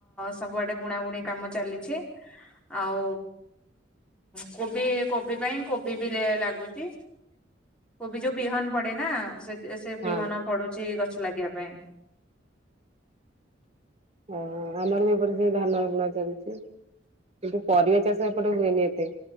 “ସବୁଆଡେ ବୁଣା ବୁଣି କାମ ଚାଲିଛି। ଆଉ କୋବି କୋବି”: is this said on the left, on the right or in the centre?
Centre